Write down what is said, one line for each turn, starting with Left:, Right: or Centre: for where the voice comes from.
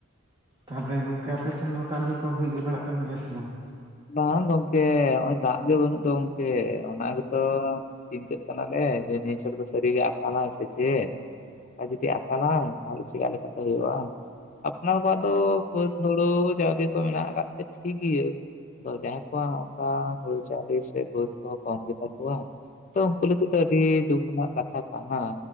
Right: ᱛᱟᱦᱚᱞᱮ ᱜᱚᱝᱠᱮ ᱟᱯᱮ ᱥᱮᱱ ᱫᱚ ᱠᱟᱹᱢᱤ ᱠᱚ ᱦᱩᱭᱜᱮ ᱵᱟᱲᱟᱜ ᱠᱟᱱ ᱜᱮᱭᱟ ᱥᱮ ᱵᱟᱝ
Left: ᱵᱟᱝ ᱜᱚᱝᱠᱮ ᱱᱚᱜᱼᱚᱭ ᱫᱟᱜ ᱜᱮ ᱵᱟᱹᱱᱩᱜ ᱫᱚ ᱜᱚᱝᱠᱮ, ᱚᱱᱟ ᱜᱮᱛᱚᱼᱼ ᱪᱤᱱᱛᱟᱹᱜ ᱠᱟᱱᱟᱞᱮ ᱡᱮ ᱱᱤᱭᱟᱹᱪᱷᱚᱴ ᱫᱚ ᱥᱟᱹᱨᱤᱜᱮ ᱟᱠᱟᱞᱟᱭ ᱥᱮ ᱪᱮᱫ ᱾ ᱟ ᱡᱩᱫᱤ ᱟᱠᱟᱞᱟᱭ ᱛᱟᱦᱚᱞᱮ ᱪᱮᱫ ᱟᱞᱮ ᱥᱮᱫ ᱫᱚ ᱦᱩᱭᱩᱜᱼᱟ ᱾ ᱟᱯᱱᱟᱨ ᱠᱚᱣᱟᱜ ᱫᱚ ᱵᱟᱹᱫᱽ ᱦᱩᱲᱩ ᱪᱟᱣᱞᱮ ᱠᱚ ᱢᱮᱱᱟᱜ ᱟᱠᱟᱫ ᱛᱮ ᱴᱷᱤᱜ ᱜᱤᱭᱟᱹ ᱾ ᱫᱚ ᱡᱟᱦᱟᱸᱭ ᱠᱚᱣᱟᱜ ᱚᱝᱠᱟ ᱦᱩᱲᱩ ᱪᱟᱣᱞᱮ ᱥᱮ ᱵᱟᱹᱫᱽ ᱠᱚᱦᱚᱸ ᱠᱚᱢ ᱜᱮ ᱛᱟᱠᱚᱣᱟ ᱾ ᱛᱚ ᱩᱱᱠᱩ ᱞᱟᱹᱜᱤᱫ ᱫᱚ ᱟᱹᱰᱤ ᱫᱩᱠᱷ ᱨᱮᱱᱟᱜ ᱠᱟᱛᱷᱟ ᱠᱟᱱᱟ᱾